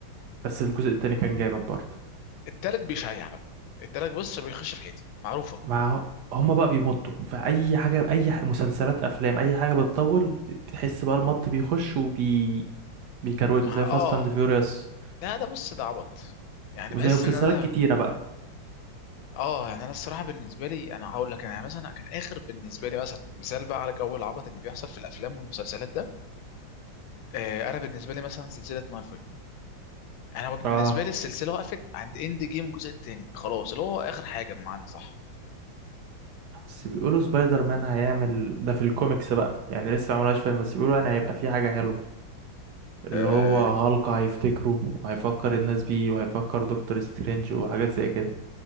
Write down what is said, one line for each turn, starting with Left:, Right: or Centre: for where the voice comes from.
Right: بس الجزء التاني كان جامد برضه
Left: التالت بيشيع بقى التالت بص بيخش في حيط معروفة
Right: مع هو- هما بقى بيمطوا فأي حاجة أي ح- مسلسلات أفلام أي حاجة بتطول بتحس بقى المط بيخش وبي بيكروته
Left: مع
Right: زي
Left: اه
Right: فاست أند فيوريوس
Left: ده ده بص ده عبط يعني
Right: وزي
Left: بحس
Right: مسلسلات
Left: ان انا
Right: كتيرة بقى
Left: اه يعني انا الصراحة بالنسبة لي انا هقول لك انا يعني مثلا كان اخر بالنسبة لي مثلا مثال بقى على جو العبط اللي بيحصل في الافلام والمسلسلات ده آه انا بالنسبة لي مثلا سلسلة مارفل انا بالنسبة
Right: آه.
Left: لي السلسلة وقفت عند اند جيم الجزء التاني خلاص اللي هو اخر حاجة بمعنى صح
Right: بس بيقولوا سبايدر مان هيعمل ده في الكوميكس بقى يعني لسه ما عملهاش فيلم بس بيقولوا يعني هيبقى في حاجة حلوة اللي
Left: آه
Right: هو هالك هيفتكره وهيفكر الناس بيه وهيفكر دكتور سترينج وحاجات زي كده